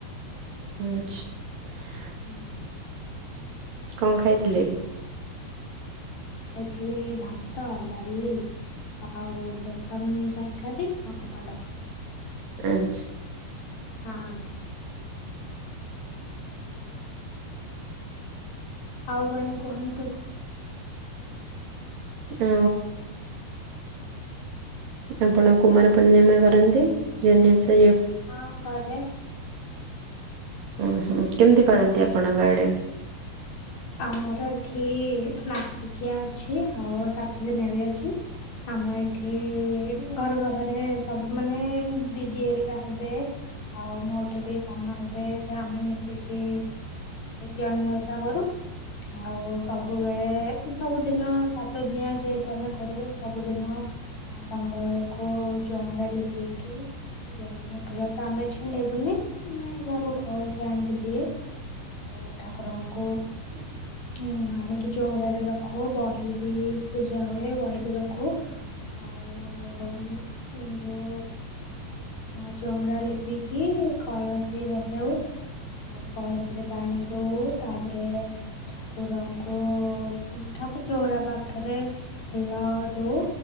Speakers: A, on the right (about 55°); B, on the left (about 45°).
A: ଆଚ୍ଛା।
B: ହୁଁ।
A: କଣ ଖାଇଥିଲେ?
B: ଖାଇଥିଲି ଭାତ, ଡାଳି ଆଉ ବେସନ ତରକାରୀ, ପାମ୍ପଡ।
A: ଆଚ୍ଛା।
B: ହଁ। ଆଉ କଣ କୁହନ୍ତୁ?
A: ଓ। ଆପଣ କୁମାର ପୂର୍ଣ୍ଣିମା କରନ୍ତି ଜହ୍ନି ଓଷା
B: ହଁ ଘରେ।
A: ଉଁ ହଁ କେମିତି ପାଳନ୍ତି ଆପଣଙ୍କ ଆଡ଼େ?
B: ଆମର ଏଠି ମାସିକିଆ ଅଛି ଆଉ ସାତ ଦିନିଆ ବି ଅଛି। ଆମ ଏଇଠି ଘର ପାଖରେ ସବୁ ମାନେ ଦିଦି ହେରିକା ହେବେ। ଆଉ ମୋଠୁ ବି ସାନ ହେବେ ସେ ଆମେ ମିଶିକି ଜହ୍ନି ଓଷା ଓଷା କରୁ। ଆଉ ସବୁବେଳେ ସବୁଦିନ ସାତଦିନିଆ ଯେହେତୁ ଆମେ ଘରୁ ସବୁଦିନ ଆଉ ସନ୍ଧ୍ୟା ବେଳକୁ ଚଉଁରା ଲିପିକି ଜହ୍ନି ଫୁଲ ତ ଆମେ ଛିଣ୍ଡେଇ ଛିଣ୍ଡେଇବୁନି ମାନେ ଯାହାକୁ କହୁ ସେ ଆଣିକି ଦିଏ ଆଉ ଠାକୁରଙ୍କୁ
A: <inaudible>
B: ହୁଁ। ଆଣିକି ଚଉଁରାରେ ରଖୁ ବହି ବି ପୂଜା ହୁଏ। ବହି ବି ରଖୁ ଆଉ ଓ ମୁଁ ଯଉ ହଁ ଚଉଁରା ଲିପିକି କଳସୀ ବସଉ। ଆଉ କଳସୀରେ ପାଣି ଦଉ ତା ତାପରେ ଠାକୁରଙ୍କୁ ଠାକୁର ଚଉରା ପାଖରେ ଫୁଲ ଧୋଉ